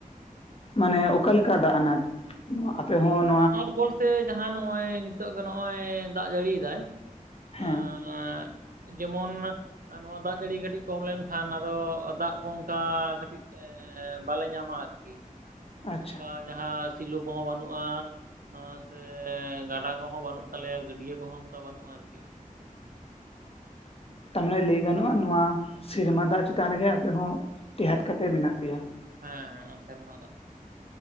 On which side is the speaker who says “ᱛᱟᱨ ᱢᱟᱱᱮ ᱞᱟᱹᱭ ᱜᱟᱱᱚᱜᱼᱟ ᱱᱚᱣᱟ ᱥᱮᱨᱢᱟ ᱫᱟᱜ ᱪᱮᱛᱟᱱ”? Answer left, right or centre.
Left